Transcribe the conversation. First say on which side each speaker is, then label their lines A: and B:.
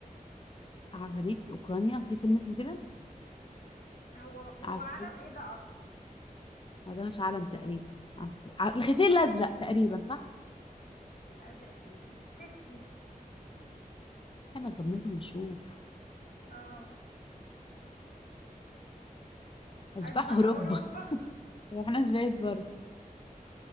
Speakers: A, on the left (about 35°); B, on the left (about 70°).
A: عفاريت اوكرانيا في فيلم اسمه كده
B: هو
A: عفريت
B: هو علم ايه ده اصلا
A: آه، ده مش عالم تقريبا عفر... ع... الخفير الازرق تقريبا صح
B: ايه الازرقين تفتي
A: احنا صممت ونشوف
B: اه
A: اشباح
B: اشباح
A: اوروبا
B: اوروبا
A: <laughs>
B: <laughs>
A: واحنا شباب برضه